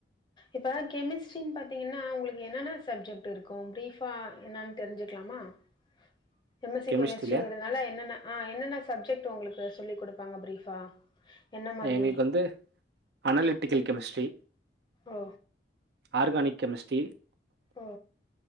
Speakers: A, on the left; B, on the right.
A: இப்ப கெமிஸ்ட்ரின் பாத்தீங்கன்னா உங்குளுக்கு என்னன்னா சப்ஜெக்ட் இருக்கு. ப்ரீஃபா என்னன் தெரிஞ்சுக்லாமா? உஹ எம் எஸ் சி
B: கெமிஸ்ட்ரியில
A: கெமிஸ்ட்ரிங்கறதுனால என்னென்ன ஆ என்னென்ன சப்ஜெக்ட் உங்குளுக்கு சொல்லி குடுப்பாங்க ப்ரீஃபா? என்ன மாதிரி
B: அ எங்குளுக்கு வந்து அனலிட்டிக்கல் கெமிஸ்ட்ரி,
A: ஓ
B: ஆர்கானிக் கெமிஸ்ட்ரி,
A: ஒ